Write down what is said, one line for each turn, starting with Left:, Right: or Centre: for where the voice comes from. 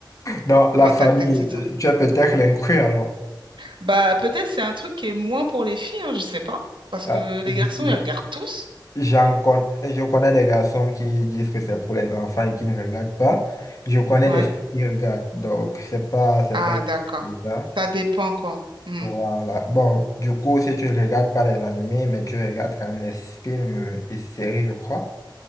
Left: Dans la
Right: l'attaque
Left: famille,
Right: des Titans.
Left: euh, tu es peut-être l'inclus alors.
Right: Bah peut-être c'est un truc qui est moins pour les filles, hein, je sais pas, parce
Left: Ah,
Right: que
Left: je-
Right: les garçons,
Left: je-
Right: ils regardent tous.
Left: j'en con- je connais des garçons qui disent que c'est pour les enfants et qui ne regardent pas. Je connais
Right: Ouais.
Left: des filles qui regardent, donc c'est pas, c'est
Right: Ah
Left: pas
Right: d'accord.
Left: déjà.
Right: Ça dépend quoi. Hmm.
Left: Voilà. Bon, du coup, si tu ne regardes pas les animés, mais tu regardes quand même les films euh, et séries, je crois.